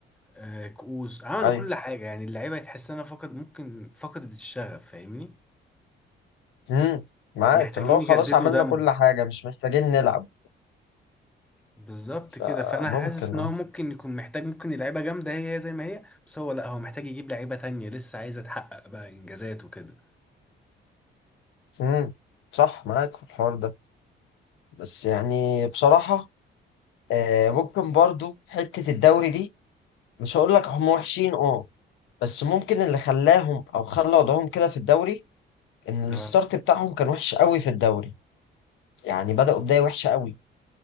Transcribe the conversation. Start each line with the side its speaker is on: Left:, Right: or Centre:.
Centre: آه، كؤوس عملوا
Left: ايوه
Centre: كل حاجه يعني اللعيبه تحس انها فقد ممكن فقدت الشغف فاهمني
Left: مم. معاك
Centre: محتاجين
Left: اللي هو خلاص
Centre: يجددوا
Left: عملنا
Centre: دم
Left: كل حاجة مش محتاجين نلعب
Centre: بالظبط
Left: فممكن
Centre: كده فانا حاسس ان
Left: اه
Centre: هو ممكن يكون محتاج ممكن اللعيبه جامده هي هي زي ما هي بس هو لا هو محتاج يجيب لعيبه تانية لسه عايزه تحقق بقى انجازات وكده
Left: مم. صح معاك في الحوار ده بس يعني بصراحة آه ممكن برضو حتة الدوري دي مش هقول لك هم وحشين اه بس ممكن اللي خلاهم او خلى وضعهم كده في الدوري ان
Centre: اه
Left: الستارت بتاعهم كان وحش قوي في الدوري يعني بدأوا بداية وحشة قوي